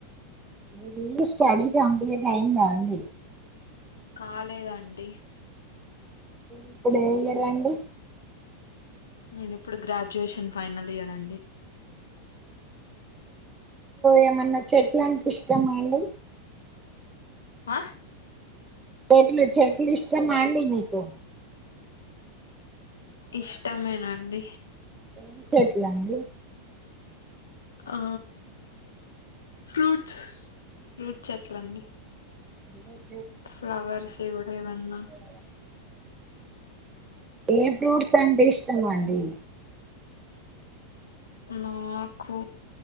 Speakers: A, on the right (about 15°); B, on the left (about 65°).
A: అది ఈ స్టడీ కంప్లీట్ అయిందా అండి
B: కాలేదండి
A: ఇప్పుడు ఏ ఇయర్ అండి
B: నేను ఇప్పుడు గ్రాడ్యుయేషన్ ఫైనల్ ఇయర్ అండి
A: ఏ మన్నా చెట్ల అంటే ఇష్టమా అండి
B: ఆ
A: చెట్లు చెట్ల ఇష్టమా అండి మీకు
B: ఇష్టమేనండి
A: ఏం చెట్లండి
B: ఆ ఫ్రూట్స్ ఫ్రూట్స్ ఎట్లండి
A: అ
B: ఫ్లవర్స్ ఇవి కూడా అన్నా
A: కదా ఏ ఫ్రూట్స్ అంటే ఇష్టం అండి
B: నాకు